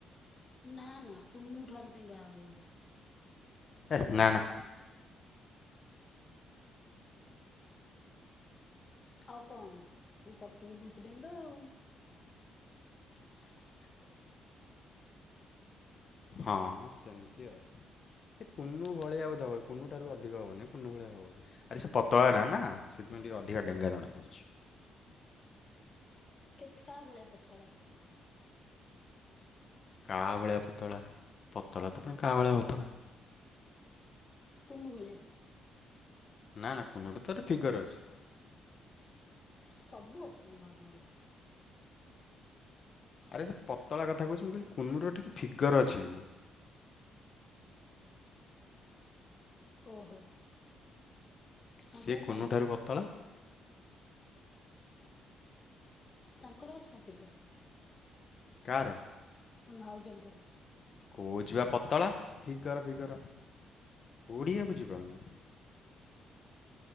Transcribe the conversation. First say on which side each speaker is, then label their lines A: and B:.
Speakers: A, on the left; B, on the left.
A: ନା ନା କୁନୁ ଠାରୁ ଟେଙ୍ଗା ହବ ବୋଧେ।
B: ହେ ନାଁ ନାଁ
A: ଆଉ କଣ ତୋ ଫଟୋ ରେ ବୋହୁତ ଡେଙ୍ଗା ତ ଆଉ। <inaudible>
B: ହଁ ସେମିତି ଆଉ। ସେ କୁନୁ ଭଳିଆକୁ ଦେବ କୁ ଠାରୁ ଅଧିକ ହବନି କୁନୁ ଭଳିଆ ହବ। ଆରେ ସେ ପତଳା ଟା ନା ସେଥିପାଇଁ ଟିକେ ଅଧିକା ଡେଙ୍ଗା ଜଣା ପଡିଚି।
A: କେତେ କା ଭଳିଆ ପତଳା?
B: କାହା ଭଳିଆ ପତଳା ପତଳା ତ ପୁଣି କାହା ଭଳିଆ ପତଳା?
A: କନୁ ଭଳିଆ।
B: ନା ନା କୁନୁଠୁ ତାର ଫିଗର ଅଛି।
A: ସବୁ ଅଛି ତମ ଭାଉଜଙ୍କର।
B: ଆରେ ସେ ପତଳା କଥା କହୁଛି ମୁଁ କହିଲି କୁନୁର ଟିକେ ଫିଗର ଅଛି।
A: ଓହୋ। ତାଙ୍କର
B: ସେ କୁନୁଠାରୁ
A: ନାଇଁ
B: ପତଳା।
A: ତାଙ୍କର ଅଛି ନା <unintelligible>
B: କାହାର?
A: ତମ ଭାଉଜଙ୍କର?
B: କୋଉଛି ବା ପତଳା ଫିଗର ଫିଗର ଓଡ଼ିଆ ବୁଝିପାରୁନ।